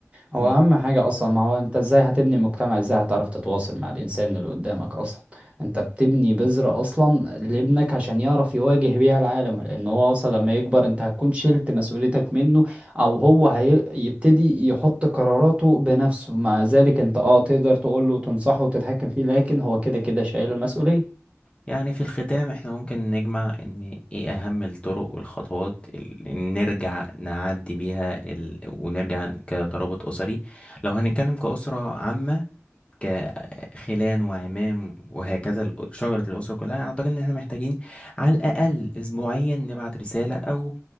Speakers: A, on the left; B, on the right.
A: مم.
B: هو اهم حاجة اصلا ما هو انت ازاي هتبني مجتمع ازاي هتعرف تتواصل مع الانسان اللي قدامك اصلا انت بتبني بذرة اصلا لابنك عشان يعرف يواجه بيها العالم لان هو اصلا لما يكبر انت هتكون شلت مسؤوليتك منه او هو هيبتدي يحط قراراته بنفسه مع ذلك انت اه تقدر تقوله وتنصحه وتتحكم فيه لكن هو كده كده شايل المسؤولية
A: يعني في الختام احنا ممكن نجمع ان ايه اهم الطرق والخطوات اللي نرجع نعدي بيها ال... ونرجع كترابط اسري لو هنتكلم كأسرة عامة كخلان وعمام وهكذا الأ- شجرة الأسرة كلها أعتقد إن إحنا محتاجين على الأقل أسبوعيا نبعت رسالة أو